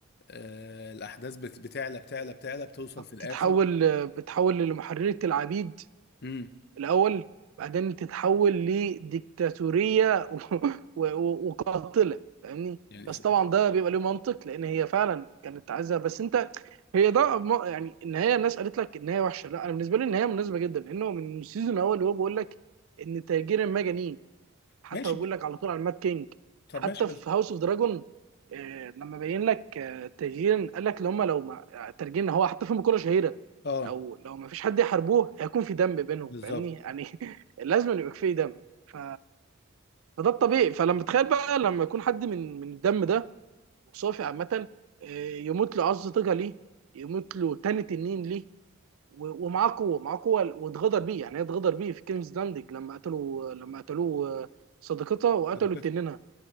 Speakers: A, on the left; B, on the right.
A: آه الأحداث بت- بتعلى بتعلى بتعلى بتوصل في الآخر
B: بتتحول بتتحول لمحررة العبيد
A: امم
B: الاول بعدين تتحول لديكتاتوريه <laughs> و... و... وقاتله فاهمني
A: يعني
B: بس
A: إس-
B: طبعا ده بيبقى له منطق لان هي فعلا كانت عايزه بس انت هي ده م- يعني النهايه الناس قالت لك النهايه وحشه لا انا بالنسبه لي النهايه مناسبه جدا لانه من السيزون الاول وهو بيقول لك ان تاجير المجانين حتى
A: ماشي
B: هو بيقول
A: ب...
B: لك على طول على المات كينج
A: طب
B: حتى
A: ماشي بس
B: في هاوس اوف دراجون لما بين لك آه، التغيير قال لك لو هم لو ما ترجينا هو حتى في مقولة شهيرة
A: اه
B: لو لو ما فيش حد يحاربوه هيكون في دم بينهم
A: بالظبط
B: فاهمني يعني <laughs> لازم يبقى في دم ف... فده الطبيعي فلما تخيل بقى لما يكون حد من من الدم ده وصافي عامة آه، يموت له عظ طاقة ليه يموت له تاني تنين ليه و- ومعاه قوه معاه قوه واتغدر بيه يعني هي اتغدر بيه في كينجز لاندنج لما قتلوا لما قتلوه آه، صديقتها وقتلوا
A: شركات
B: تنينها